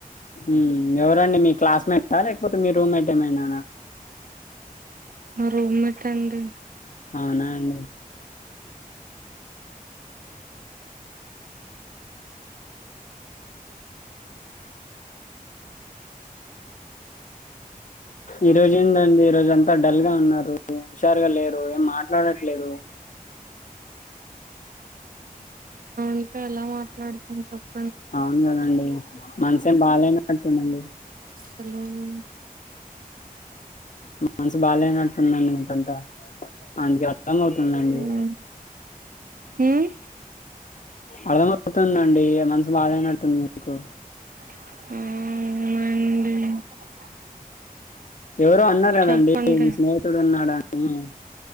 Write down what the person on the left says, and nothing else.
ఉం ఎవరండి మీ క్లాస్ మెట్ ఆ లేకపోతే మీ రూమ్ మెట్ ఏమైనానా
అవునా అండి ఈరోజు ఏందండి ఈరోజు అంతా డల్ గా ఉన్నారు హుషారుగా లేరు ఏం మాట్లాడట్లేదు
అవును గదండి మనసేం బాగాలేనట్టుందండి
మనసు బాగాలేనట్టుందండి మీకంతా అందుకే అమ్ అవుతుందండి
అర్థం అవుతుందండి ఎమ్ అన్ బాగాలేనట్టు ఉంది మీకు
ఎవరో అన్నారు కదండి
మీ స్నేహితుడు ఉన్నాడాని ఉమ్